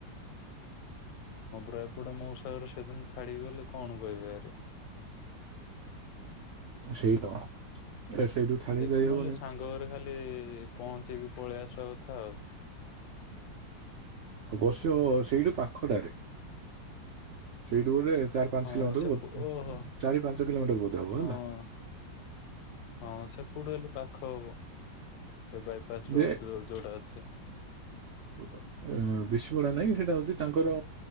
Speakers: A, on the left; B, on the right.
A: ରାକଡୁ ମଉସା ଘରେସେଦିନ ଛାଡି ଗଲେ କଣ କହିବେ ଆରେ?
B: ସେଇତ। ଏଟା ସେଇଠୁ ଥାଳିକି
A: ଦେଖେ
B: ଯାଇ
A: ନହଲେ
B: ହବନି
A: ସାଙ୍ଗ ଘରେ ଖାଲି ପହଁଞ୍ଚିକି ପଳେଇ ଆସିବା କଥା ଆଉ।
B: ଅବଶ୍ୟ ସେଇଠୁ ପାଖଟାରେ ସେଇଠୁ ଗୋଟେ ଚାର ପାଞ୍ଚ
A: ହଁ
B: କିଲୋମିଟର
A: ସେ
B: ବୋଧେ ଏମିତି
A: ଓହୋ
B: ଆଉ ଚାରି ପାଞ୍ଚ କିଲୋମିଟର ବୋଧେ ହବ
A: ହଁ।
B: ହେଲା।
A: ହଁ ସେପଟୁ ହେଲେ ପାଖ ହବ ସେ ବାଇପାସ୍ ରୋଡ଼
B: ଯେ
A: ଯୋଉ ଯଉଟା ଅଛି।
B: <unintelligible> ଅ ବିଷିପଢା ନାହିଁ ସେଇଟା ହଉଛି ତାଙ୍କର